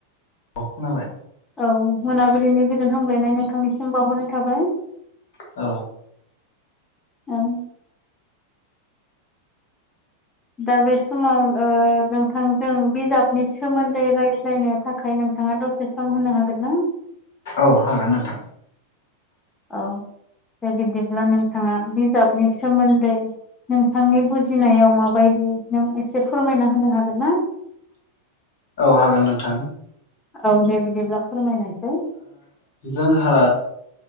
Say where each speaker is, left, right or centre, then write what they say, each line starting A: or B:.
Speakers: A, on the left (about 50°); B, on the left (about 15°).
A: औ खोनाबाय
B: औ मोनाबिलिनि गोजोन हामलायनाय नोंथांनिसिम बावहरनाय थाबाय
A: औ
B: ओं दा बे समाव ओ नोंथांजों बिजाबनि सो सोमोन्दै रायज्लायनो थाखाय नोंथाङा दसे सम होनो हागोन ना?
A: औ हागोन नोंथां
B: औ दे बिदिब्ला नोंथाङा बिजाबनि सोमोन्दै नोंथांनि बुजिनायाव माबायदि नों एसे फोरमायना होनो हागोन ना?
A: औ हागोन नोंथां
B: औ दे बिदिब्ला फोरमायनायसाय
A: जोंहा